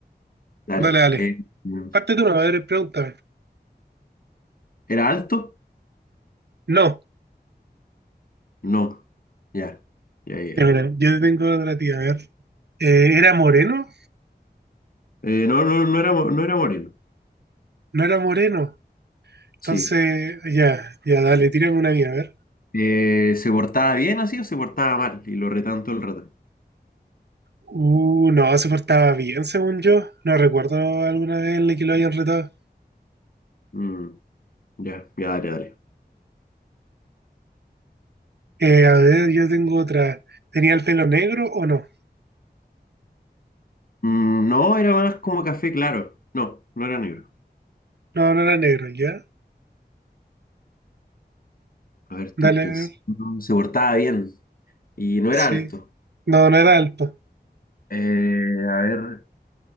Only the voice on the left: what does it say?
Dale.
Eh, mm,
¿era alto?
No. Ya, ya, ya.
Eh, no, no, no era, mo- no era moreno.
Sí.
Eh, ¿se portaba bien así o se portaba mal? Y lo retan todo el rato.
Mm, ya, ya, dale, dale.
Mm, no, era más como café claro. No, no era negro.
A ver, estoy
pensando.
Se portaba bien y no
era alto.
Eh, a ver,